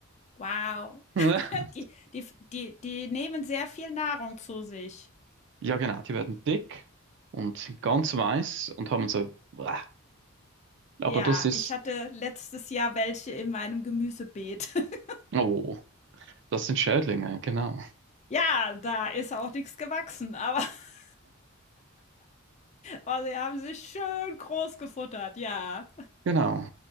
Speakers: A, on the left; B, on the right.
A: Wow.
B: <laughs>
A: Die die die die nehmen sehr viel Nahrung zu sich.
B: Ja, genau, die werden dick und sind ganz weiß und haben so äh, Aber
A: Ja,
B: das ist,
A: ich hatte letztes Jahr welche in meinem Gemüsebeet. <laughs>
B: oh, das sind Schädlinge, genau.
A: Ja, da ist auch nichts gewachsen, aber <laughs> aber sie haben sich schön groß gefuttert, ja.
B: Genau.